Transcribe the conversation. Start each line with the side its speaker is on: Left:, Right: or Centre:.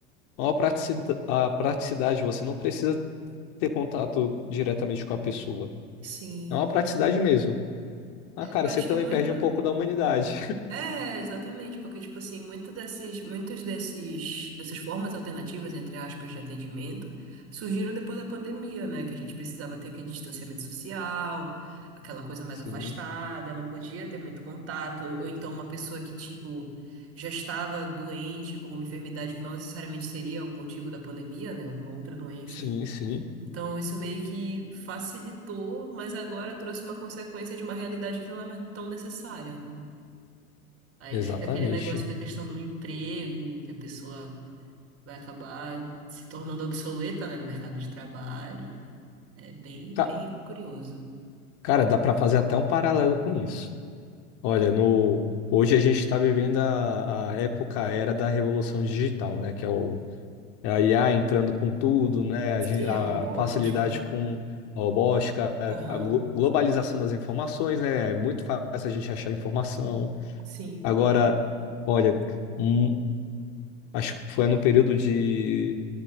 Left: Ó, a praticidade, a praticidade, você não precisa ter contato diretamente com a pessoa.
Right: Sim.
Left: É uma praticidade mesmo. Ah, cara,
Right: Eu
Left: você
Right: acho
Left: também
Right: que muito.
Left: perde um pouco da humanidade.
Right: É, exatamente, porque, tipo assim, muito desses, muitos desses, dessas formas alternativas, entre aspas, de atendimento, surgiram depois da pandemia, né? Que a gente precisava ter aquele distanciamento social, aquela coisa mais
Left: <laughs> Sim,
Right: afastada, não podia ter muito contato, ou então uma pessoa que, tipo, já estava doente com uma enfermidade que não necessariamente seria o motivo da pandemia, né? Uma outra doença
Left: sim, sim,
Right: Então, isso meio que facilitou, mas agora trouxe uma consequência de uma realidade que não é mais tão necessária, né? Aí
Left: exatamente.
Right: fica aquele negócio da questão do emprego, que a pessoa vai acabar se tornando obsoleta, né, no mercado de trabalho. É bem,
Left: Ca-
Right: bem curioso.
Left: Cara, dá pra fazer até um paralelo com isso. Olha, no hoje a gente está vivendo a, a época, a era da revolução digital, né? Que é o é a IA entrando com tudo, né? A,
Right: Sim,
Left: gen- a
Right: a robótica.
Left: facilidade com a robótica,
Right: Aham.
Left: a glo- globalização das informações, né? É muito fácil a gente achar informação.
Right: Sim.
Left: Agora, olha, hum, acho que foi no período de